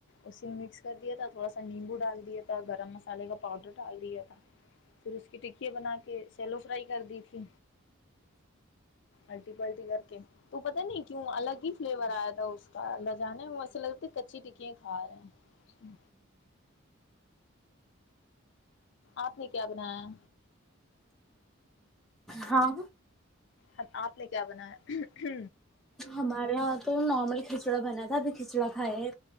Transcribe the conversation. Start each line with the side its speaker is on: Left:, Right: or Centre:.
Left: اسے مکس کر دیا تھا تھوڑا سا نیمبو ڈال دیا تھا گرم مسالے کا پاؤڈر ڈال دیا تھا پھر اس کی ٹ بنا کے سیلو فرائی کر دی تھی الٹی پلٹی کر کے تو پتا نہیں کیوں الگ ہی فلیور آیا تھا اس کا لجانے میں ایسے لگتا کچی ٹکیا کھا رہے آپ نے کیا بنایا
Centre: ہاں
Left: ہم آپ نے کیا بنایا ہ
Centre: ہمارے یہاں تو نارمل کھچڑا بنا تھا ابھی کھچڑا کھائے